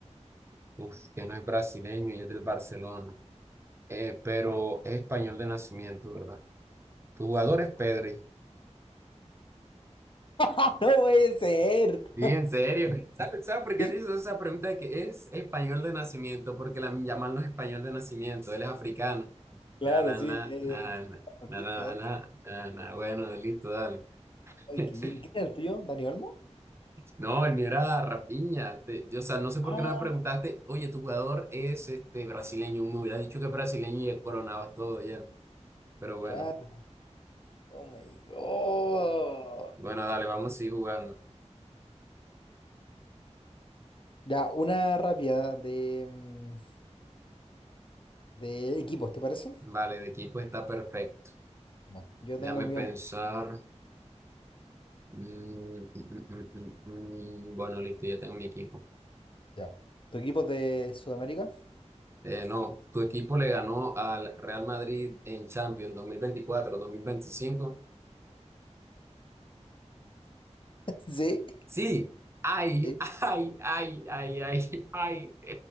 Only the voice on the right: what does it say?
uf, que no es brasileño y es del Barcelona, eh, pero es español de nacimiento, ¿verdad? Tu jugador
es
Pedri.
Sí, en serio. <laughs> ¿Sabes, sabes por qué
te hice esa pregunta de que es español de nacimiento? Porque la llaman los español de nacimiento, él es africano.
Na, na,
na,
na, na,
na, na,
na, na, na, na. bueno, listo, dale.
<laughs>
No, el mío era Rapiña. o sea, no sé por
qué no me preguntaste, oye, tu jugador es este brasileño. Me hubiera dicho que es brasileño y ya coronabas todo ya. Pero bueno,
bueno, dale, vamos a seguir jugando.
Vale, de equipo está perfecto.
Déjame
pensar.
Mm, mm, mm, mm, mm, mm. Bueno, listo, ya tengo mi equipo.
Eh, no, tu equipo le ganó al Real Madrid en Champions dos dos mil veinticuatro, dos mil veinticinco.
Sí, ay,
<laughs> ay, ay, ay, ay, ay.